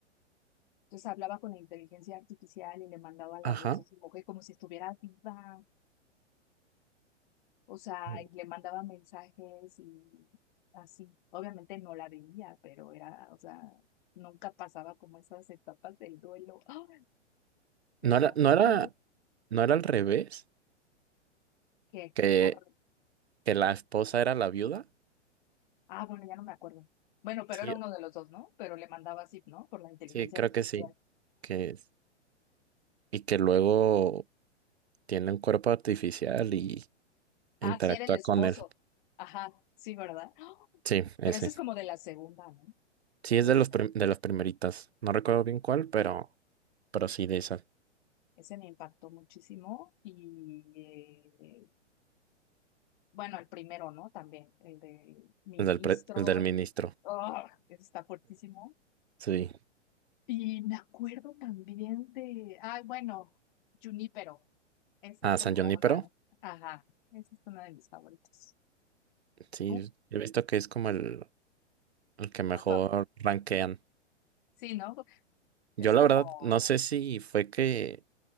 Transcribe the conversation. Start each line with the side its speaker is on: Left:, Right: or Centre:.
Left: Entonces hablaba con la inteligencia artificial y le mandaba la
Right: Ajá.
Left: voz de su mujer como si estuviera viva, o sea,
Right: Mm.
Left: y le mandaba mensajes y así. Obviamente no la veía, pero era, o sea, nunca pasaba como esas etapas del duelo. ¡Ah! Decía,
Right: No era, no era,
Left: ¿qué?
Right: no era al revés,
Left: ¿Qué?
Right: que,
Left: Al-
Right: que la esposa era la viuda.
Left: Ah, bueno, ya no me acuerdo. Bueno, pero
Right: Sí,
Left: era uno de los dos, ¿no? Pero le mandaba así, ¿no? Por la inteligencia
Right: sí, creo
Left: artificial.
Right: que sí. Que, y que luego. tiene un cuerpo artificial y
Left: Ah,
Right: interactúa
Left: sí, era el esposo.
Right: con él.
Left: Ajá, sí, ¿verdad? ¡Ah!
Right: Sí, ese.
Left: Pero eso es como de la segunda,
Right: Sí, es
Left: ¿no?
Right: de los prim- de las primeritas. No recuerdo bien cuál, pero, pero sí de esa.
Left: Ese me impactó muchísimo y eh, bueno, el primero, ¿no? También, el de ministro,
Right: El del, pre- el del ministro.
Left: ¡ah! ese está fuertísimo.
Right: Sí.
Left: Y me acuerdo también de, ay, bueno, Junípero, ese
Right: Ah,
Left: es como
Right: San Junípero.
Left: una, ajá, esa es una de mis favoritos.
Right: Sí,
Left: ¿Tú?
Right: he visto que es como el, el que
Left: Como
Right: mejor
Left: el
Right: rankean.
Left: Sí, ¿no? Es
Right: Yo la
Left: como,
Right: verdad no sé si fue que